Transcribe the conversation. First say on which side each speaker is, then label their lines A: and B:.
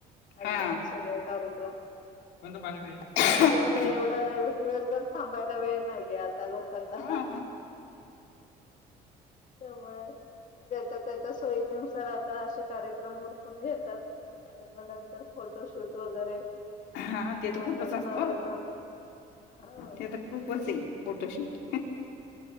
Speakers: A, on the left; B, on the left.
A: अटेंड
B: हा
A: सगळे कार्यक्रम,
B: पाणी प्यायच.
A: कारण कुणाला एवढा दिवसभर थांबायला वेळ नाहीय. लोकांना
B: हा
A: त्यामुळे ज्याच्या त्याच्या सोयीनुसार आता असे कार्यक्रम उरकून घेतात आणि मग नंतर फोटोशूट वगैरे.
B: हा ते
A: नवरत्न
B: तर खूपच असत ओ
A: हो
B: ते तर खूपचए फोटोशूट